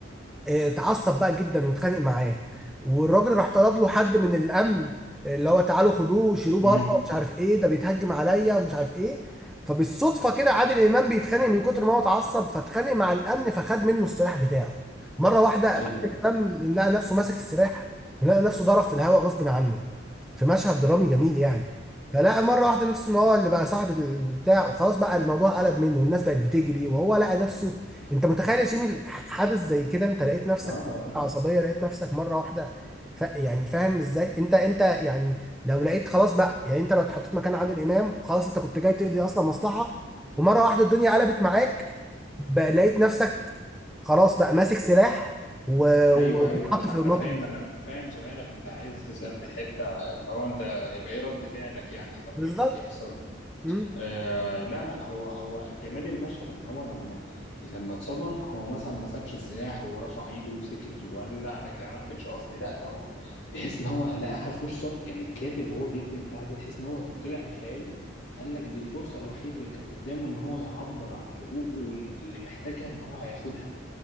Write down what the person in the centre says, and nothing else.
اه، اتعصب بقى جدا واتخانق معاه والراجل راح طلب له حد من الامن اللي هو تعالوا خدوه شيلوه بره
ومش عارف ايه ده بيتهجم عليا ومش عارف ايه فبالصدفه كده عادل امام بيتخانق من كتر ما هو اتعصب فاتخانق مع الامن فخد منه السلاح بتاعه مره واحده عادل
امام لقى نفسه ماسك السلاح ولقى نفسه ضرب في الهواء غصب عنه في مشهد درامي جميل يعني فلقى مره واحده نفسه ان هو اللي بقى صاحب البتاع وخلاص بقى الموضوع قلب منه والناس بقت بتجري وهو لقى نفسه انت متخيل يا جيمي حدث زي كده انت لقيت نفسك
عصبية لقيت نفسك مرة واحدة ف يعني فاهم ازاي انت انت يعني لو لقيت خلاص بقى يعني انت لو اتحطيت مكان عادل امام خلاص انت كنت جاي تقضي اصلا مصلحة ومرة واحدة الدنيا قلبت معاك بقى لقيت نفسك خلاص بقى ماسك سلاح و- وبتتحط
في الموقف
ده
بالظبط
مم.